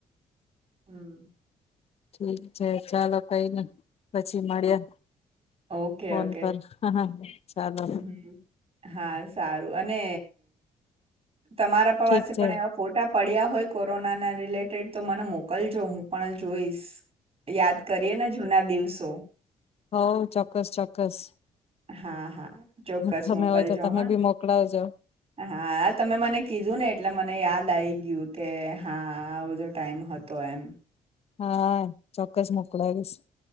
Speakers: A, on the right (about 35°); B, on the left (about 35°).
A: <inaudible>
B: ઠીક છે ચાલો કઈ ન પછી મળ્યે.
A: ઓકે
B: ફોન
A: ઓકે
B: કર હ હા. ચાલો.
A: હમ હા સારું અને તમારા પવાસે
B: ઠીક છે
A: પણ એવા ફોટા પડ્યા હોય કોરોનાના રિલેટેડ તો મને મોકલજો હું પણ જોઈશ. યાદ કરીએ ને જૂના દિવસે જો
B: હ ચોક્કસ ચોક્કસ
A: હા હા ચોક્કસ
B: તમે
A: મોકલજો
B: હોય તો તમે
A: હા
B: બી મોકલાવજો
A: હા તમે મને કીધું ને એટલે મને યાદ દાઈ ગયું કે હા આ બધો ટાઈમ હતો એમ.
B: હા ચોક્કસ મોકલાવીશ.